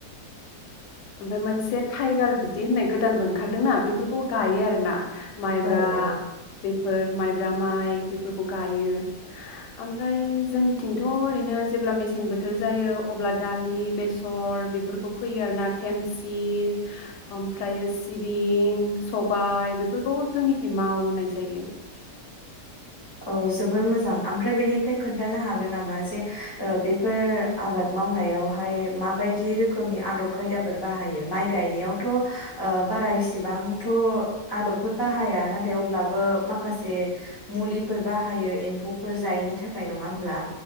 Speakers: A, on the left; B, on the left.
A: ओमफाय मोनसे थाइगार बिदि होननाय गोदानबो ओंखारदोंना बेफोरखौ गायो आरो ना। माइब्रा
B: औ औ
A: बेफ फोर माइब्रा माइ बेफोरखौ गायो ओमफ्राय जोंनिथिंथ' ओरैनो जेब्ला मेसें बोथोर जायो अब्ला दालि बेसर बेफोरखौ फोयो आरो ना। धेमसि ओमफ्रायो सिबिं, सबाय, बेफोरखौ जोंनिखै मावनाय जायो।
B: औ जोबोर मोजां ओमफ्राय बेनिफ्राय खोन्थानो हागोन नामा जे ओ बेफोर आबाद मावनायावहाय माबायदि रोखोमनि आदब खायदाफोर बाहायो माइ गायनायावथ' ओ बारा एसेबांथ' आदबफोर बाहाया नाथाय अब्लाबो माखासे मुलिफोर बाहायो एम्फौफोर जायैनि थाखाय नङा होमब्ला?